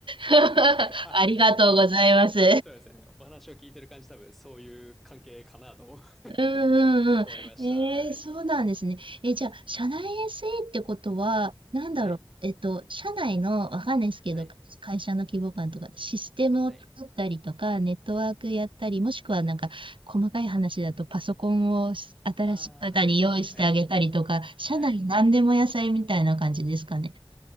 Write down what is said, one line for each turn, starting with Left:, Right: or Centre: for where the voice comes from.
Right: <laughs>
Centre: あ多分、
Right: ありがとうございます。
Centre: そうですよね。お話を聞いてる感じ、多分、そういう関係かなと思
Right: うんうんうん。
Centre: <laughs> 思いました。
Right: えー、
Centre: はい。
Right: そうなんですね。え、じゃあ、社内 SE ってことは、なんだろう、
Centre: はい。
Right: えっと、社内の、わかんないですけど、
Centre: はい。
Right: 会社の規模感とか、システムを作ったりとか、
Centre: はい。
Right: ネットワークやったり、もしくはなんか、細かい話だと、パソコンを新しい方に用意してあげたりとか、
Centre: ああ、はい、はい、はい。
Right: 社内何でも野菜みたいな感じですかね。
Centre: はい。